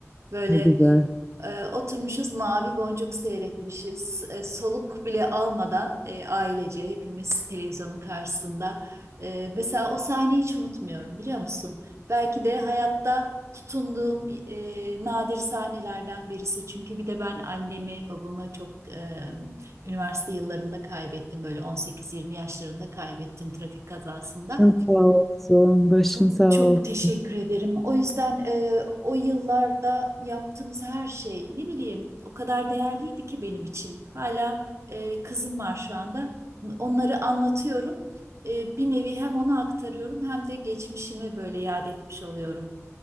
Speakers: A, on the right (about 60°); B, in the centre.
A: Böyle
B: Ne güzel.
A: ee, oturmuşuz mavi boncuk seyretmişiz. Ee, soluk bile almadan e, ailece hepimiz televizyonun karşısında. Ee, mesela o sahneyi hiç unutmuyorum biliyor musun? Belki de hayatta tutunduğum e, nadir sahnelerden birisi. Çünkü bir de ben annemi, babamı çok e, üniversite yıllarında kaybettim. Böyle 18-20 yaşlarında kaybettim trafik kazasında.
B: Çok sağ olsun, başın
A: Çok
B: sağ
A: çok
B: olsun.
A: teşekkür ederim. O yüzden e, o yıllarda yaptığımız her şey ne bileyim o kadar değerliydi ki benim için. Hala e, kızım var şu anda. Onları anlatıyorum. E, bir nevi hem ona aktarıyorum hem de geçmişimi böyle yad etmiş oluyorum.